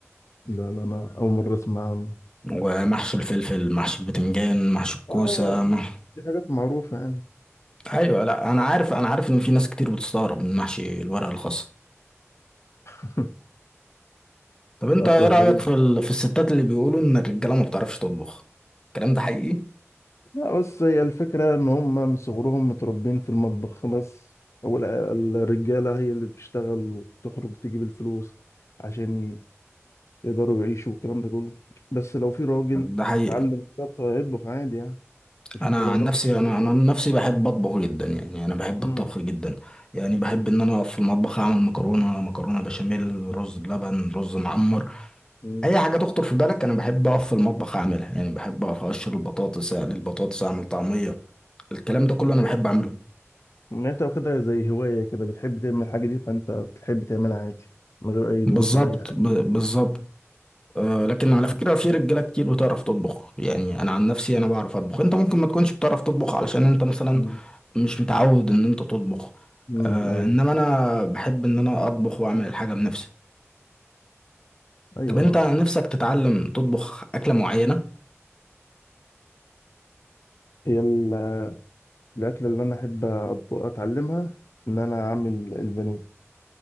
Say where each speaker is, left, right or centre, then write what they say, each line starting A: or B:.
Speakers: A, on the left; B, on the left.
A: لا لا انا اول مره اسمع عنه
B: ومحشي الفلفل محشي البتنجان محشي الكوسه
A: آه،
B: مح...
A: دي حاجات معروفه يعني
B: ايوه لا انا عارف انا عارف ان في ناس كتير بتستغرب من محشي الورق الخاص
A: <laughs>
B: طب انت
A: اصلا
B: ايه رايك
A: غريب
B: في ال... في الستات اللي بيقولوا ان الرجاله ما بتعرفش تطبخ الكلام ده حقيقي
A: لا بس هي الفكره ان هم من صغرهم متربين في المطبخ بس هو ال- الرجاله هي اللي بتشتغل وتخرج تجيب الفلوس عشان يقدروا يعيشوا والكلام ده كله بس لو في راجل
B: ده حقيقي
A: اتعلم الطبخ هيطبخ عادي يعني مش
B: انا
A: مشكلة لو
B: عن
A: راجل
B: نفسي
A: شغال
B: انا انا عن نفسي بحب اطبخ جدا يعني انا بحب
A: امم
B: الطبخ جدا يعني بحب ان انا اقف في المطبخ اعمل مكرونه مكرونه بشاميل رز بلبن رز معمر
A: أمم.
B: اي حاجه تخطر في بالك انا بحب اقف في المطبخ اعملها يعني بحب اقف اقشر البطاطس اقلي البطاطس اعمل طعميه الكلام ده كله
A: انت
B: انا
A: يعني
B: بحب اعمله
A: انت واخدها زي هواية كده بتحب تعمل الحاجة دي فانت بتحب تعملها عادي من غير اي
B: بالظبط
A: ضغوط ولا اي حاجة
B: ب- بالظبط آه لكن على فكره في رجاله كتير بتعرف تطبخ يعني انا عن نفسي انا بعرف اطبخ انت ممكن ما تكونش بتعرف تطبخ علشان انت مثلا
A: امم
B: مش متعود ان انت تطبخ
A: أمم،
B: آه
A: ايوه
B: انما انا بحب ان انا اطبخ واعمل الحاجه بنفسي
A: ايوه
B: طب انت نفسك تتعلم تطبخ اكله معينه
A: هي ال- الاكلة اللي انا احب أطبخ- اتعلمها ان انا اعمل البانيه